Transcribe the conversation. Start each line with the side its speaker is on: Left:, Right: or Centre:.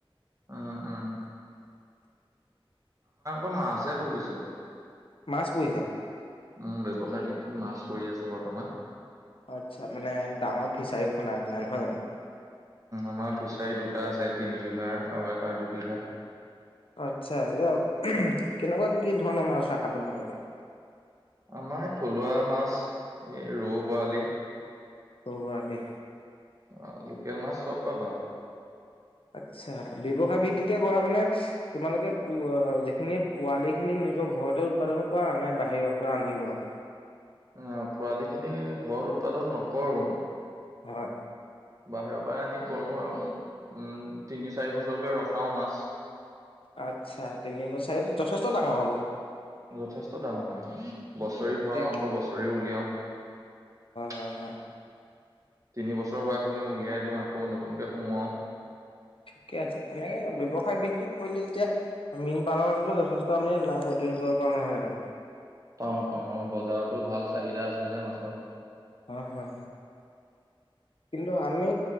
Right: উম উম অ মাছে পুহিছো
Left: মাছ পুহিছা?
Right: উম ব্যৱসায় মাছ কৰি আছো বৰ্তমান
Left: আচ্ছা মানে ডাঙৰ ফিচাৰী খনাই পেনাই মানে নহয় জানো
Right: আমাৰ ফিছাৰী দুটা আছে তিনিবিঘা আৰু এটা দুবিঘা
Left: আচ্ছা এয়া কেনেকুৱা কি ধৰণৰ মাছ ৰাখা তোমালোকে
Right: আমাৰ থলুৱা মাছ এই ৰৌ বৰালি
Left: বৰালি
Right: অ লোকেল মাছ চব পাবা
Left: আচ্ছা ব্যৱসায় ভিত্তিতে কৰা মানে তোমালোকে যিখিনি পোৱালিখিনি নিজৰ ঘৰতে উৎপাদন কৰা নে বাহিৰৰ পৰা আনি লোৱা
Right: অ পোৱালি খিনি ঘৰত উৎপাদন নকৰো
Left: হয়
Right: বাহিৰৰ পৰা আনি কৰো আৰু উম তিনি চাৰি বছৰকে ৰখাও মাছ
Left: আচ্ছা তিনি বছাৰ যথেষ্ট ডাঙৰ হ'ব
Right: যথেষ্ট দাঙ হয় বছৰি ভৰাও
Left: হয়
Right: আকৌ বছৰিও উলিয়াও
Left: হয় হয়
Right: তিন বছৰ হোৱাখিনি উলিয়াই দিও আকৌ নতুনকে সুমুৱাও
Left: ঠিকে আছে তেনেকে ব্যৱসায় বৃত্তিত কৰিলে তেতিয়া মীন পালনতো যথেষ্ট আমি লাভ অৰ্জন কৰিব পাৰো নহয় জানো
Right: পাও পাও অ বজাৰত টো ভাল চাহিদা আছে যে মাছৰ
Left: হয় হয় কিন্তু আমি